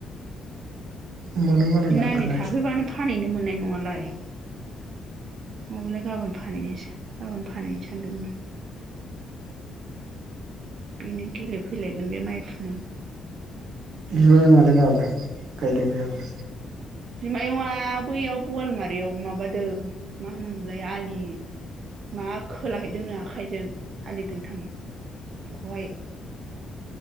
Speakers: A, on the right (about 75°); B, on the right (about 50°).
A: मोनो बारायलांगोन
B: बे नानि थाफैबानो
A: बिसोर
B: फानैहैनो मोननाय नङालाय। नङाबालाय गाबोन फानहैनोसै। गाबोन फानहैनो सानदोंमोन आं। बेनो गेलेफैलायगोन बे माइ फुनायाव।
A: <unintelligible> गायदों बेहाबो?
B: बिमायंआ बैयाव बवालमारियाव माबादों, मा होनोमोनलाय, आलि मा खोलाहैदों, आखाइजों आलि दोंथामखौहाय।